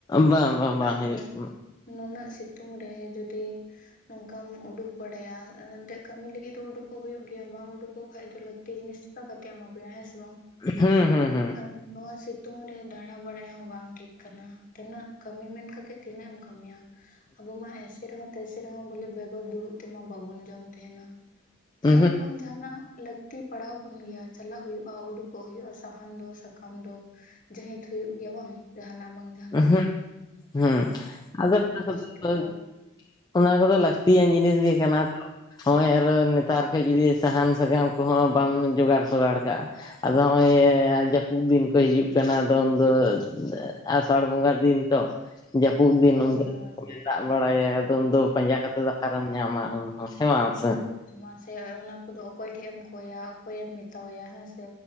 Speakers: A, on the left; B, on the left.
A: ᱵᱟᱝ ᱵᱟᱝ ᱵᱟᱝ
B: ᱟᱨ
A: ᱦᱩᱭᱩᱜ ᱠᱟᱱᱟ
B: ᱱᱩᱱᱟᱹᱜ ᱥᱤᱛᱩᱝ ᱨᱮ ᱡᱩᱫᱤ ᱱᱚᱝᱠᱟᱢ ᱩᱰᱩᱠ ᱵᱟᱲᱟᱭᱟ ᱮᱱᱛᱮ ᱠᱟᱹᱢᱤ ᱞᱟᱹᱜᱤᱫ ᱫᱚ ᱩᱰᱩᱠᱚᱜ ᱦᱩᱭᱩᱜ ᱜᱮᱭᱟ ᱵᱟᱝ ᱩᱰᱩᱠ ᱠᱚ ᱠᱷᱟᱡᱽ ᱫᱚ ᱞᱟᱹᱠᱛᱤ ᱡᱤᱱᱤᱥ ᱪᱤᱠᱟᱹ ᱠᱟᱛᱮ ᱮᱢ ᱟᱹᱜᱩᱭᱟ ᱦᱮᱸ ᱥᱮ ᱵᱟᱝ
A: ᱦᱩᱸ ᱦᱩᱸ ᱦᱩᱸ
B: ᱟᱨ ᱱᱚᱣᱟ ᱥᱤ ᱥᱤᱛᱩᱝ ᱨᱮ ᱫᱟᱬᱟ ᱵᱟᱲᱟᱭ ᱦᱚᱸ ᱵᱟᱝ ᱴᱷᱤᱠ ᱠᱟᱱᱟ, ᱛᱤᱱᱟᱹᱜ ᱠᱟᱹᱢᱤ ᱢᱮᱱ ᱠᱟᱛᱮ ᱛᱤᱱᱟᱹᱜ ᱮᱢ ᱠᱟᱹᱢᱤᱭᱟ ᱾ ᱟᱵᱚ ᱢᱟ ᱮᱥᱮ ᱨᱮᱦᱚᱸ ᱛᱮᱭᱥᱮ ᱨᱮᱦᱚᱸ ᱵᱚᱞᱮ ᱵᱮᱜᱚᱨ ᱫᱩᱲᱩᱵ ᱛᱮᱢᱟ ᱵᱟᱵᱚᱱ ᱡᱚᱢ ᱛᱟᱦᱮᱱᱟ ᱾ ᱡᱟᱦᱟᱸᱱᱟᱜ
A: ᱦᱩᱸ
B: ᱵᱟᱝ ᱡᱟᱦᱟᱸᱱᱟᱜ ᱞᱟᱹᱠᱛᱤ ᱯᱟᱲᱟᱣᱵᱚᱱ ᱜᱮᱭᱟ ᱪᱟᱞᱟᱜ ᱦᱩᱭᱩᱜᱼᱟ ᱩᱰᱩᱠᱚᱜ ᱦᱩᱭᱩᱜᱼᱟ ᱥᱟᱦᱟᱱ ᱫᱚ ᱥᱟᱠᱟᱢ ᱫᱚ ᱡᱤᱭᱦᱮᱫ ᱦᱩᱭᱩᱜ ᱜᱮᱭᱟ ᱵᱟᱝ ᱡᱟᱦᱟᱸᱱᱟᱜ ᱵᱟᱝ ᱡᱟᱦᱟᱸᱱᱟᱜ
A: ᱦᱩᱸ
B: ᱾
A: ᱦᱩᱸ ᱟᱫᱚ <unintelligible>
B: ᱠᱚᱥᱴᱚ
A: ᱚᱱᱟ ᱠᱚᱫᱚ ᱞᱟᱹᱠᱛᱤᱭᱟᱱ ᱡᱤᱱᱤᱥ ᱜᱮ ᱠᱟᱱᱟ ᱛᱚ ᱦᱚᱸᱜᱼᱚᱭ ᱟᱨ ᱱᱮᱛᱟᱨ ᱠᱟᱹᱡᱽ ᱡᱩᱫᱤ ᱥᱟᱦᱟᱱ ᱥᱟᱠᱟᱢ ᱠᱚᱦᱚᱸ ᱵᱟᱢ ᱡᱚᱜᱟᱲ ᱥᱚᱜᱟᱲ ᱠᱟᱜ ᱟᱫᱚ ᱱᱚᱜᱼᱚᱭ ᱡᱟᱹᱯᱩᱫ ᱫᱤᱱ ᱠᱚ ᱦᱤᱡᱩᱜ ᱠᱟᱱᱟ ᱟᱫᱚ ᱩᱱᱫᱚ ᱟᱥᱟᱲ ᱵᱚᱸᱜᱟ ᱫᱤᱱ ᱛᱚ ᱡᱟᱹᱯᱩᱫ ᱫᱤᱱ
B: ᱦᱳᱭ
A: ᱩᱱᱫᱚ
B: ᱦᱳᱭ
A: ᱫᱟᱜᱽ ᱵᱟᱲᱟᱭᱟ ᱟᱫᱚ ᱩᱱᱫᱚ ᱯᱟᱸᱡᱟ ᱠᱟᱛᱮ ᱚᱠᱟᱨᱮᱢ ᱧᱟᱢᱟ ᱩᱱ <unintelligible> ᱵᱟᱝ ᱥᱮ ᱾
B: ᱢᱟᱥᱮ ᱚᱱᱟ ᱠᱚᱫᱚ ᱚᱠᱚᱭ ᱴᱷᱮᱡ ᱮᱢ ᱠᱚᱭᱟ ᱚᱠᱚᱭ ᱮᱢ ᱢᱮᱛᱟᱣᱟᱭᱟ ᱦᱮᱸ ᱥᱮ